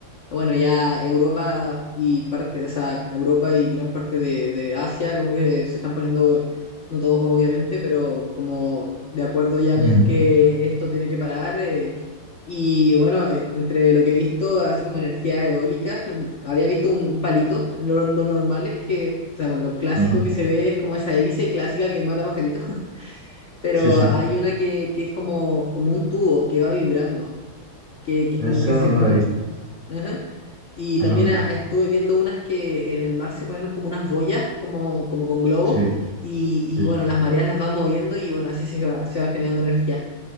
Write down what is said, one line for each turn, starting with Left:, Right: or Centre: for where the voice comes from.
Left: Bueno, ya Europa y parte, o sea, Europa y gran parte de, de Asia, como que se están poniendo, no todos obviamente, pero como de acuerdo ya
Right: Ujú,
Left: con que esto tiene que parar. eh, y bueno, eh, entre lo que he visto, así como energía eólica, <laughs> había visto un, un palito, lo, lo normal es que, o sea, bueno, lo clásico
Right: ajá.
Left: que se ve es como esa hélice clásica que mata pajaritos, <laughs> pero
Right: Sí, sí.
Left: hay una que, que es como, como un tubo que va vibrando, que, que es
Right: Esa
Left: como que se
Right: no
Left: pone
Right: la he visto.
Left: Ajá. Y
Right: Esa
Left: también
Right: no la he
Left: ah,
Right: visto.
Left: estuve viendo unas que en el mar se ponen como unas boyas, como, como con globos,
Right: Sí,
Left: y, y
Right: sí,
Left: bueno,
Right: sí.
Left: las mareas las van moviendo y bueno, así se va, se va generando energía.